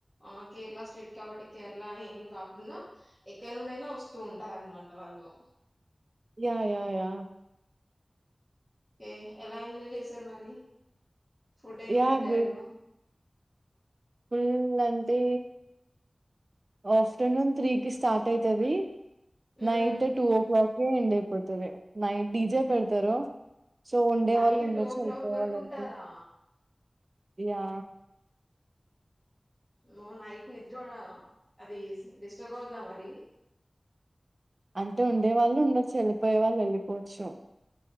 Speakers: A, in the centre; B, on the right.
A: ఆ కేరళ స్టేట్ కాబట్టి కేరళ అని ఏం కాకుండా ఎక్కడ నుండిఅయినా వస్తూ ఉంటారన్నమాట వాళ్ళు
B: యా యా యా
A: ఓకే ఎలా ఎంజాయ్ చేసారు మరి ఫుడ్ ఏం
B: యాహ్!
A: పెట్టారు
B: గుడ్ ఫుల్ అంటే ఆఫ్టర్నూన్ త్రీకిి స్టార్ట్ అయితది
A: హ్మ్.
B: Night
A: హ్మ్.
B: two o'clock end అయిపోతదీ నైట్ డిజే పెడతారు సో ఉండే
A: నైట్
B: వాళ్ళు ఉండొచ్చు
A: టూ ఓ క్లాక్
B: వెళ్ళిపోయే
A: వరకు
B: వాళ్ళు వెళ్ళిపో
A: ఉంటారా
B: యా
A: అమ్మో నైట్ నిద్ర అది డిస్టర్బ్ అవుదా మరి
B: అంటే ఉండే వాళ్ళు ఉండొచ్చు వెళ్ళిపోయే వాళ్ళు వెళ్ళిపోవచ్చు